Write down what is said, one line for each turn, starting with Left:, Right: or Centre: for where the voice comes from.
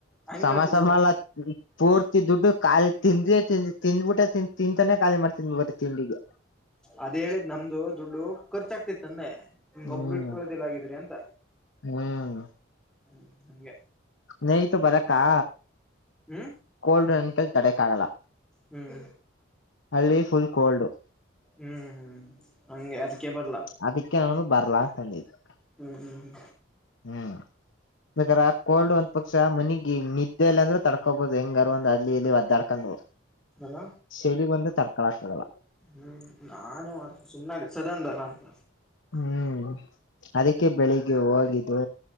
Centre: ಹಂಗೆ
Left: ಸಮ
Centre: ಹೇಳ್ತಿದ್ದೇ
Left: ಸಮ
Centre: ನ
Left: ಅಲ್ಲ ಪೂರ್ತಿ ದುಡ್ಡು ಖಾಲಿ ತಿಂದ್ರೆ ತಿಂದಿ ತಿಂದ್ಬಿಟ್ಟೆ ತಿನ್ ತಿಂತಾನೇ ಖಾಲಿ ಮಾಡ್ತನ್ ಬರೀ ತಿಂಡಿಗೆ.
Centre: ಅದೇ ಹೇಳಿದ್ ನಮ್ದು ದುಡ್ಡು ಖರ್ಚಾಗ್ತಿತ್ತಂದೆ. ಹಿಂಗ
Left: ಹ್ಮ್
Centre: ಒಬ್ಬರು ಇಟ್ಕೊಳೋದಿಲ್ಲ ಗಿದ್ರ ಅಂತ
Left: ಹ್ಮ್
Centre: ಹ್ಮ್ ಹಂಗೆ.
Left: ನೈಟ್ ಬರಕಾ.
Centre: ಹ್ಮ.
Left: ಕೋಲ್ಡ್ ಅಂತು ತಡೆಕ್ ಆಗಲ್ಲ
Centre: ಹ್ಮ್
Left: ಹಳ್ಳಿ ಫುಲ್ ಕೋಲ್ಡು.
Centre: ಹ್ಮ್ ಹ್ಮ್ ಹಂಗೆ ಅದಕ್ಕೆೇ ಬರ್ಲ.
Left: ಅದಕ್ಕೆ ನಾನು ಬರ್ಲಾ ಅಂತಂದಿದ್ದು
Centre: ಹ್ಮ ಹ್ಮ.
Left: ಹ್ಮ್. ಬೇಕಾದ್ರ ಆ ಕೋಲ್ಡ್ ಒಂದ ಪಕ್ಷ ಆ ಮನಿಗಿ ನಿದ್ದೆಲ್ಲ ಅಂದ್ರೆ ತಡ್ಕೋಬಹುದು ಹೆಂಗಾರ ಒಂದ ಅಲ್ಲಿ. ಕನ್ನೂರ್
Centre: ಹ್ಮ್ ಅಲ್ಲ
Left: ಶಳಗಿ ಒಂದು ತಳಕಕ ಆಗಲ್ಲ.
Centre: ಹ್ಮ್ ನಾನು ಸುಮನ ಸದನ್ದಲ್ಲ ಅಂತ.
Left: ಹ್ಮ್ ಅದಕ್ಕೆ ಬೆಳಿಗ್ಗೆ ಹೋಗಿದ್ವ.